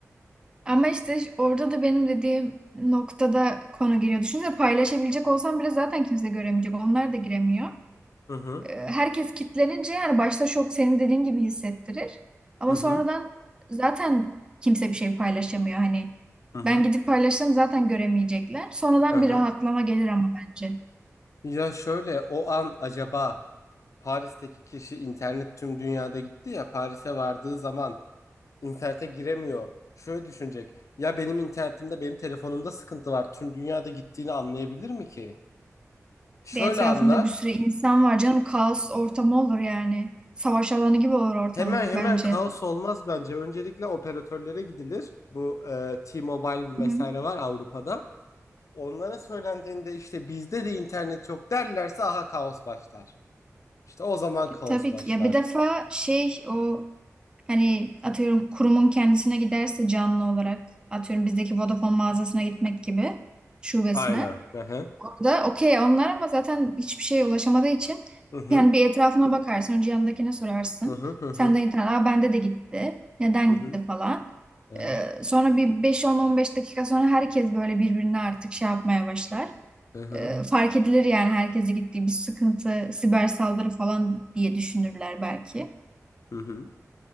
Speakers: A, on the right; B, on the left.
A: Ama işte orada da benim dediğim noktada konu giriyor. Düşünsene paylaşabilecek olsam bile zaten kimse göremeyecek. Onlar da giremiyor.
B: Hı hı.
A: e, herkes kitlenince yani başta şok senin dediğin gibi hissettirir. Ama
B: Hı hı.
A: sonradan zaten kimse bir şey paylaşamıyor. Hani
B: Hı hı.
A: ben gidip paylaşsam zaten göremeyecekler. Sonradan
B: Hı hı.
A: bir rahatlama gelir ama bence.
B: Ya şöyle o an acaba Paris'teki kişi internet tüm dünyada gitti ya Paris'e vardığı zaman internete giremiyor. Şöyle düşünecek. Ya benim internetimde benim telefonumda sıkıntı var. Tüm dünyada gittiğini anlayabilir mi ki? Şöyle
A: de etrafında
B: anlar.
A: bir sürü insan var canım. Kaos ortamı olur yani. Savaş alanı gibi olur ortalık
B: Hemen hemen
A: bence.
B: kaos olmaz bence. Öncelikle operatörlere gidilir. Bu e, T-Mobile
A: Hı hı.
B: vesaire var Avrupa'da. Onlara söylendiğinde işte bizde de internet yok derlerse aha kaos başlar. İşte o zaman kaos
A: Tabii
B: başlar.
A: ki. Ya bir defa şey o hani atıyorum kurumun kendisine giderse canlı olarak atıyorum bizdeki Vodafone mağazasına gitmek gibi şubesine.
B: Aynen. Hı hı.
A: Orada okey onlar ama zaten hiçbir şeye ulaşamadığı için
B: Hı hı.
A: yani bir etrafına bakarsın. Önce yanındakine sorarsın.
B: Hı hı. Hı hı.
A: Senden internet. Aa bende de gitti. Neden
B: Hı
A: gitti
B: hı.
A: falan.
B: Aha.
A: Ee, sonra bir beş on on beş dakika sonra herkes böyle birbirine artık şey yapmaya başlar.
B: Hı hı.
A: Ee, fark edilir yani herkese gittiği bir sıkıntı, siber saldırı falan diye düşünürler belki.
B: Hı hı.